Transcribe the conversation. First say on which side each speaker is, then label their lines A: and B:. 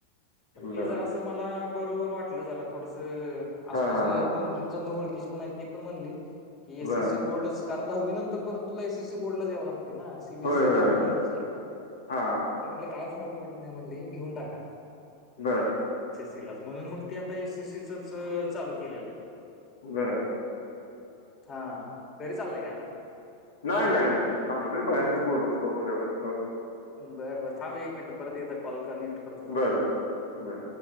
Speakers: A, on the left; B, on the left.
A: मग
B: बर
A: ते जरा अस मला बरोबर वाट जरात. थोडस. आसपासला
B: हा हा हा
A: एक दोन-तीन जण ओळखीची पण आहेत. ते पण म्हणले. की एस.
B: बर
A: एससी बोर्डच. कारण दहावी नंतर परत तुला ए. सीसी बोर्डलाच याव लागतं. ते ना सी. बी.
B: होय
A: एससई
B: होय
A: दहावी पर्यंतच आहे,
B: हा
A: ते म्हणले काय फरक. पडत नाही मधले घेऊन टाका.
B: बर.
A: तिलाच म्हणून मग ते आता ए. सीसीच चालू केलेलं आहे.
B: बर.
A: हा घरी चाललाय का आता.
B: नाही, नाही, नाही, थांबलोय बाहेरच बोलत कोपऱ्यावर.
A: बर, बर, थांब एक मिनट परत एकदा कॉल. कनेक्ट करतो
B: बरोबर
A: थांब
B: बर